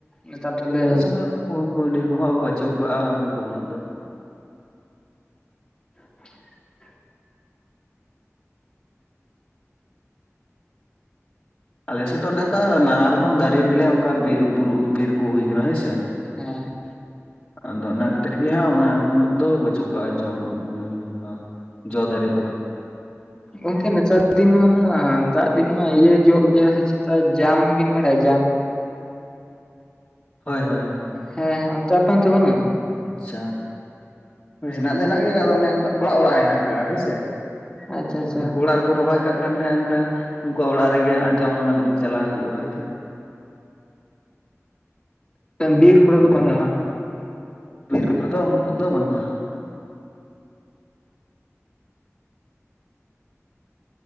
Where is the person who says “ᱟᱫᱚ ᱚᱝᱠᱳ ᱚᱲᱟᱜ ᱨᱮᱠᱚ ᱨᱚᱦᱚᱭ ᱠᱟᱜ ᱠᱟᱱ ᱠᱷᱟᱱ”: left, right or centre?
Left